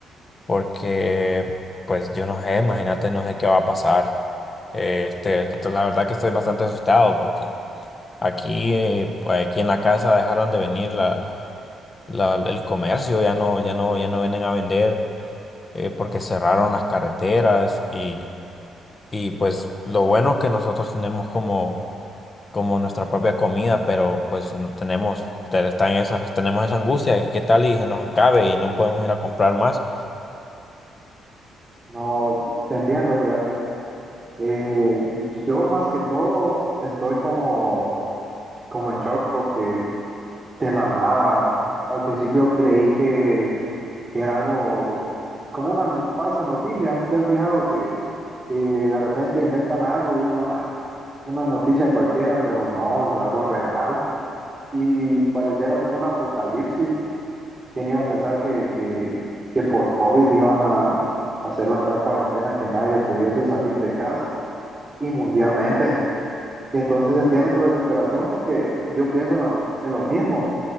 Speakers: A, on the left; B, on the right.
A: porque, pues, yo no sé, imagínate, no sé qué va a pasar. Eh, Este, esto- la verdad que estoy bastante asustado porque aquí, eh, pues, aquí en la casa dejaron de venir la, la, la- el comercio, ya no, ya no, ya no vienen a vender, eh, porque cerraron las carreteras y, y, pues, lo bueno que nosotros tenemos como como nuestra propia comida, pero pues no tenemos, te- está en esa, tenemos esa angustia de que qué tal y se nos acabe y no podemos ir a comprar más.
B: No, te entiendo, fíjate. Eh, yo más que todo estoy como, como en shock porque de la nada, al principio creí que, que era algo como una falsa noticia. ¿Te has fijado que, que de repente inventan algo y uno, "Ah, una noticia cualquiera, pero no, es algo real? y pareciera como un apocalipsis. ¿Quién iba a pensar que, que, que por COVID iban a hacer la tal cuarentena que nadie pudiese salir de casa y mundialmente? Y entonces entiendo tu desesperación porque yo pienso en, la- en lo mismo,